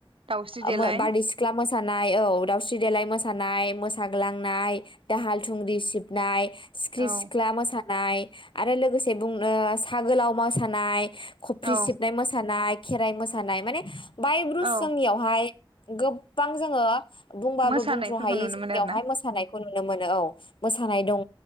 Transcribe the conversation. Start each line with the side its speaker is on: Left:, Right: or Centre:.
Right: दाउस्रि देलाय
Left: ओ मो बारदै सिख्ला मोसा सानाय औ दावस्रि देलाय मोसानाय, मोसाग्लांनाय, दाहाल थुंग्रि सिबनाय, सिख्रि
Right: औ
Left: सिख्ला मोसा नाय आरो लोगोसे बुंनो साहा गोलाव मोसानाय खफ्रि
Right: औ
Left: सिबनाय मोसानाय खेराइ मोसानाय माने बाय ब्रुस
Right: औ
Left: जोंनियावहाय गोबबां जोङो बुंबाबो
Right: मोसानायफोरखौ
Left: बुंथ्र' हायि
Right: नुनो
Left: जोंनियावहाय
Right: मोनो आरो ना
Left: मोसानायखौ नु नुनो मोनो औ मोसानाय दङ,